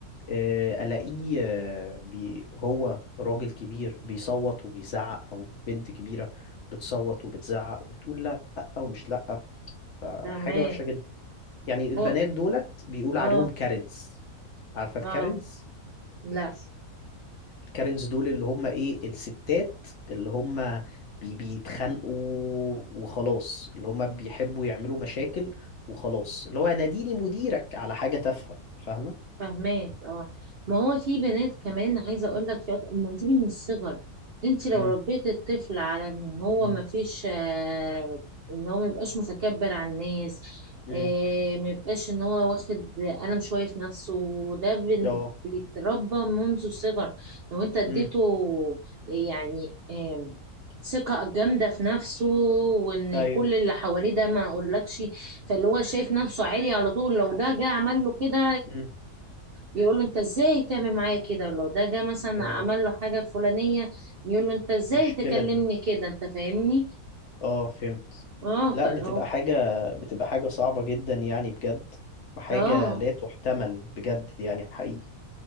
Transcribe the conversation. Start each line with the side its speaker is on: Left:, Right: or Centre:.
Left: آه، الاقيه آه، بي هو راجل كبير بيصوت وبيزعق او بنت كبيره بتصوت وبتزعق وبتقول لا ومش لا فحاجه
Right: فهماك
Left: وحشه جدا يعني البنات
Right: أو-
Left: دولت بيقول
Right: اه
Left: عليهم كارنز عارفه الكارنز
Right: اه لا
Left: الكارنز دول اللي هم ايه الستات اللي هم بي بيتخانقوا وخلاص اللي هم بيحبوا يعملوا مشاكل وخلاص اللي هو ناديني مديرك على حاجه تافهه فاهمه
Right: فهماك اه ما هو في بنات كمان عايزه اقول لك في أط- ما دي من الصغر انت لو
Left: امم
Right: ربيت الطفل على ان هو
Left: امم
Right: ما فيش آه ان هو ما يبقاش متكبر على الناس
Left: امم
Right: آه ما يبقاش ان هو واخد قلم شويه في نفسه وده بن-
Left: اه
Right: بيتربى منذ الصغر لو انت اديته
Left: امم
Right: يعني آه ثقة جامدة في نفسه وان
Left: ايوه
Right: كل اللي حواليه ده ما اقولكش فاللي هو شايف نفسه عالي على طول لو ده جه عمل له كده
Left: مم.
Right: يقول له انت ازاي تعمل معايا كده ولو ده جه مثلا
Left: اه
Right: عمل له حاجه الفلانيه يقول له انت ازاي
Left: مشكلة
Right: تكلمني
Left: دي
Right: كده انت فاهمني
Left: اه فهمت
Right: اه
Left: لا
Right: فاللي
Left: بتبقى
Right: هو
Left: حاجة بتبقى حاجة صعبة جدا يعني بجد وحاجة
Right: اه
Left: لا تحتمل بجد يعني حقيقي